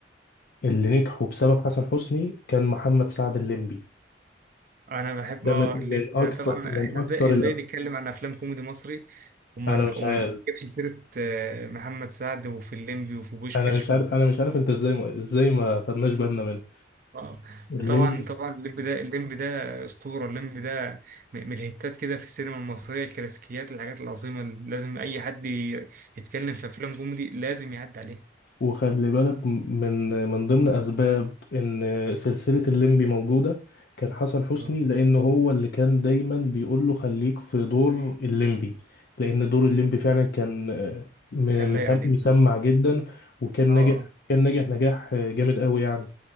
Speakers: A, on the left; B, on the right.
A: اللي نجحوا بسبب حسن حسني كان محمد سعد الليمبي
B: انا بحب
A: ده
B: اه
A: من
B: الليمبي
A: من أكتر
B: طبعا
A: من
B: احنا
A: أكتر
B: ازاي ازاي
A: الأب.
B: نتكلم عن افلام كوميدي مصري ومن
A: أنا مش
B: ومن
A: عارف
B: نجيبش سيرة آه، محمد سعد وفي الليمبي وفي بوشكاش
A: أنا مش عارف أنا مش عارف أنت إزاي ما إزاي ما خدناش بالنا منها
B: اه
A: الليمبي
B: ده طبعا طبعا الليمب ده الليمب ده اسطوره الليمب ده م- من الهيتات كده في السينما المصريه الكلاسيكيات الحاجات العظيمه اللي لازم اي حد ي- يتكلم في افلام كوميدي لازم يعدي عليها
A: وخلي بالك من من ضمن اسباب ان سلسله الليمبي موجوده كان حسن حسني
B: اه
A: لان هو اللي كان دايما بيقول له خليك في دور الليمبي لان دور الليمبي فعلا كان آه، م-
B: كان
A: مسم-
B: لايق عليك
A: مسمع
B: فعلا.
A: جدا وكان ناجح
B: اه اه
A: كان ناجح نجاح آه، جامد قوي يعني